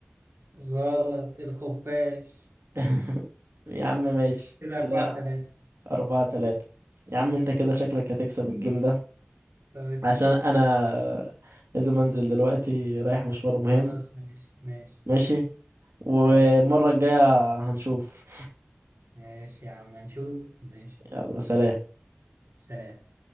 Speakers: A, on the right; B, on the right.
A: غلط الخفاش
B: <laughs> يا عم ماشي
A: كده
B: كده
A: أربعة تلاتة
B: أربعة تلاتة يا عم انت كده شكلك هتكسب الجيم ده
A: طب اسأل
B: عشان انا لازم انزل دلوقتي رايح مشوار مهم
A: خلاص ماشي ماشي
B: ماشي والمرة
A: خلاص ماشي
B: الجاية هنشوف
A: ماشي يا عم نشوف ماشي
B: <laughs> يلا سلام
A: سلام